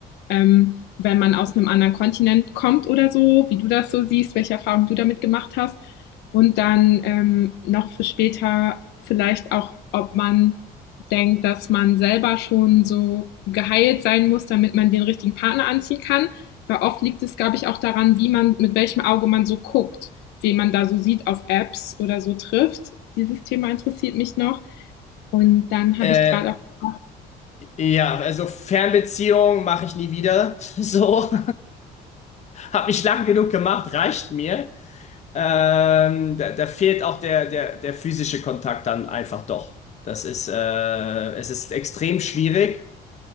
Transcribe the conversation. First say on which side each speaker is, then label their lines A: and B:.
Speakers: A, on the left; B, on the left.
A: ähm, wenn man aus einem anderen Kontinent kommt oder so, wie du das so siehst, welche Erfahrungen du damit gemacht hast. Und dann ähm, noch für später vielleicht auch, ob man denkt, dass man selber schon so geheilt sein muss, damit man den richtigen Partner anziehen kann. Weil oft liegt es, glaube ich, auch daran, wie man, mit welchem Auge man so guckt, wen man da so sieht auf Apps oder so trifft. Dieses Thema interessiert mich noch. Und dann
B: Äh,
A: habe ich gerade auch
B: ja, also Fernbeziehung mache ich nie wieder. <laughs> So. <laughs> Hab ich lang genug gemacht, reicht mir. Ähm, da, da fehlt auch der, der, der physische Kontakt dann einfach doch. Das ist, äh, es ist extrem schwierig.